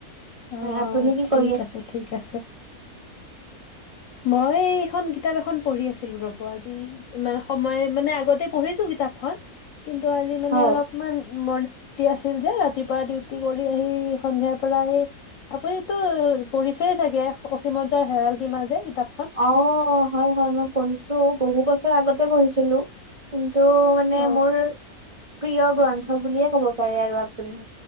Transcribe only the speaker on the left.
অ'
ঠিক
আছে, ঠিক আছে।
মই এইখন কিতাপ এখন পঢ়ি আছিলো ৰ'ব আজি। ইমান সময় মানে আগতে পঢ়িছো কিতাপখন, কিন্তু আজি মানে
অলপ মান মৰ্ণিং ডিউটি আছিল যে ৰাতিপুৱা ডিউটি কৰি আহি, সন্ধিয়াৰ পৰাই আপুনি ত পঢ়িছেই চাগে 'অসীমত যাৰ হেৰাল সীমা' যে কিতাপখন?
অ